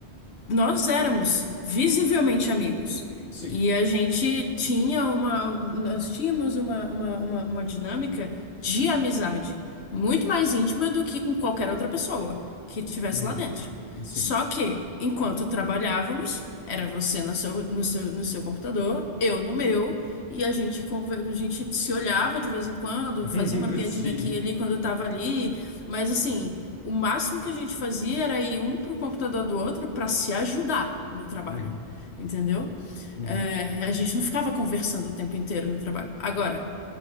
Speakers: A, on the left; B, on the left.
A: nós éramos visivelmente amigos.
B: Sim.
A: E a gente tinha uma, nós tínhamos uma, uma, uma, uma dinâmica de amizade muito mais íntima do que com qualquer outra pessoa que estivesse
B: Uhum.
A: lá dentro.
B: Sim.
A: Só que, enquanto trabalhávamos, era você no seu, no seu, no seu computador, eu no meu, e a gente, conver- a gente se olhava de vez em quando,
B: <laughs>
A: fazia uma piadinha
B: Sim.
A: aqui e ali quando eu tava ali, mas assim, o máximo que a gente fazia era ir um pro computador do outro para se ajudar no trabalho,
B: Uhum,
A: entendeu?
B: uhum.
A: É, a gente não ficava conversando o tempo inteiro no trabalho. Agora,